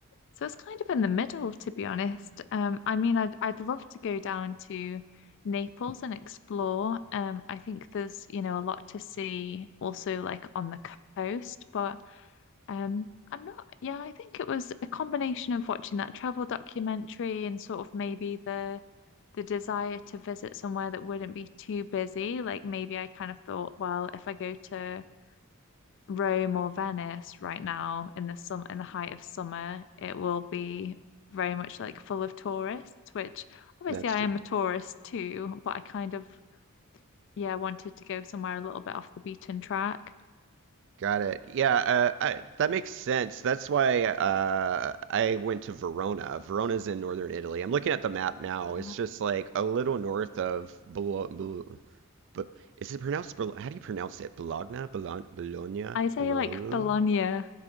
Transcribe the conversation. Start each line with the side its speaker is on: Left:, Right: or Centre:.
Left: So it's kind of in the middle, to be honest. Um, I mean, I'd I'd love to go down to Naples and explore. Um, I think there's, you know, a lot to see also like on the coast, but um, I'm not, yeah, I think it was a combination of watching that travel documentary and sort of maybe the the desire to visit somewhere that wouldn't be too busy. Like maybe I kind of thought, well, if I go to Rome or Venice right now in the sum in the height of summer, it will be very much like full of tourists, which obviously
Right: That's
Left: I
Right: true.
Left: am a tourist too, but I kind of yeah wanted to go somewhere a little bit off the beaten track.
Right: Got it. Yeah, uh, I, that makes sense. That's why uh, I went to Verona. Verona's in northern Italy. I'm looking at the map now.
Left: Ah,
Right: It's just like a little north of Bologna. But is it pronounced? Bolo- How do you pronounce it? Bologna? Bologna? Bologna?
Left: I say
Right: Bologna?
Left: like Bologna.